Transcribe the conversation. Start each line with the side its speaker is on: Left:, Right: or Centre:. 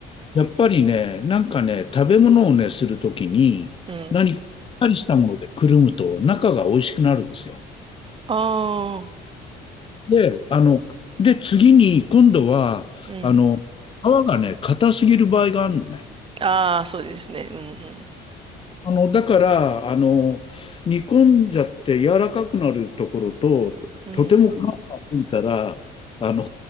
Left: やっぱりね、なんかね、食べ物をね、するときに、
Right: うん。
Left: 何かしっかりしたものでくるむと、中が美味しくなるんですよ。
Right: ああ、
Left: で、あの、で、次に、今度は、
Right: うん。
Left: あの、皮がね、硬すぎる場合があるのね。
Right: ああ、そうですね。うん
Left: あの、だから、あの、煮込んじゃって柔らかくなるところと、
Right: うん。
Left: とても皮が厚いから、
Right: うん。
Left: あの、